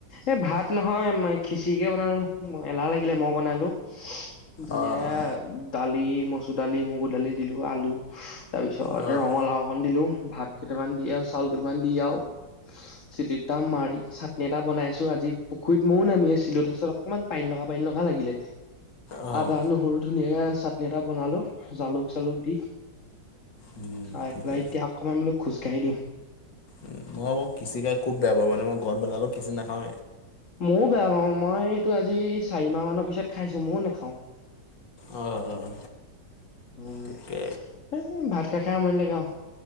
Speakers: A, on the left; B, on the left.
A: এ ভাত নহয় খিচিৰিকে বনালো এলাহ লাগিলে মই বনালো। ধুনীয়াক
B: অ', অ',
A: দালি মচুৰ দালি মগু দালি দিলো আলু তাৰ পিছত
B: অ'।
A: ৰঙালাও অকণ দিলো ভাত কেইটামান দি আৰু চাউল কেইটামান দি আৰু চিটিত দাম মাৰি চাটনি এটা বনাইছো আজি পুখুৰীত ময়ও নামি আছিলো তাৰপিছত অকনমান পাই ন এনেকুৱা লাগিলে
B: অ',
A: আদা নহৰু ধুনীয়াকে চাটনি এটা বনালো জালুক চালুক দি।
B: উম,
A: খাই
B: ঠিকে
A: পেলাই এতিয়া অকমান বোলো খোজ কঢ়ি দিও।
B: উম, মই আকৌ খিচি খুব বেয়া পাও মানে মই ঘৰত বনো খিচি নাখাও।
A: ময়ো বেয়া পাও মই এইটো আজি চাৰি মাহ মানৰ পিছত খাইছো ময়ো নাখাও।
B: অঁ
A: উম,
B: তাকে
A: এ ভাত খাই - খাই মন লাগে অ,